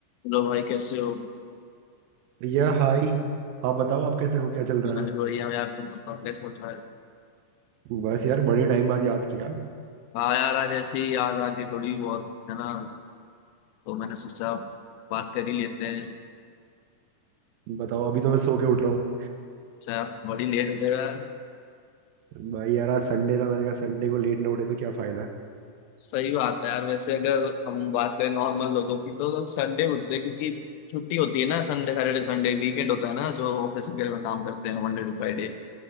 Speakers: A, on the left; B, on the right.
A: Hello भाई कैसे हो
B: भैया हाय आप बताओ आप कैसे हो क्या चल रहा
A: मैं
B: है
A: भी बढ़िया हूँ यार तुम बताओ कैसे चल रहा है
B: बस यार बड़े टाइम बाद याद किया
A: हाँ यार आज ऐसे ही याद आ गई थोड़ी बहुत है ना तो मैंने सोचा बात कर ही लेते हैं
B: बताओ अभी तो मैं सो के उठ रहा हूँ
A: अच्छा बड़ी लेट उठेगा
B: भाई यार आज संडे था मैंने कहा संडे को लेट ना उठे तो क्या फायदा
A: सही बात है यार वैसे अगर हम बात करें नॉर्मल लोगों की तो लोग संडे उठते हैं क्योंकि छुट्टी होती है ना संडे सैटरडे संडे वीकेंड होता है ना जो ऑफिस वगैरह में काम करते हैं मंडे टू फ्राइडे